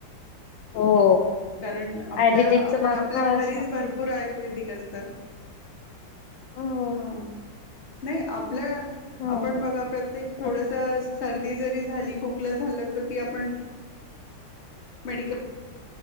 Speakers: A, on the left; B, on the left.
A: हो.
B: कारण आपल्या
A: आयुर्वेदिकचं
B: आपण
A: महत्त्व
B: आपल्या
A: असं
B: घरीच भरपूर आयुर्वेदिक असतं.
A: <inaudible> हो
B: हा नाही आपल्या
A: हो
B: आपण बघा प्रत्येक थोडसस
A: खूप
B: सर्दी जरी झाली खोकलं झालं होत की आपण मेडिकल